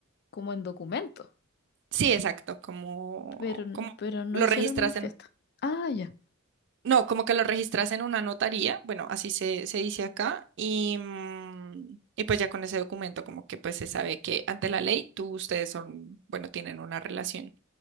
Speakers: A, on the left (about 50°); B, on the right (about 60°).
A: como en documento,
B: Sí, exacto, como,
A: pero,
B: como
A: pero no
B: lo
A: hicieron
B: registras
A: una fiesta. Ah, ya.
B: No, como que lo registras en una notaría, bueno, así se, se dice acá, y, mm, y pues ya con ese documento como que pues se sabe que ante la ley tú, ustedes son, bueno, tienen una relación,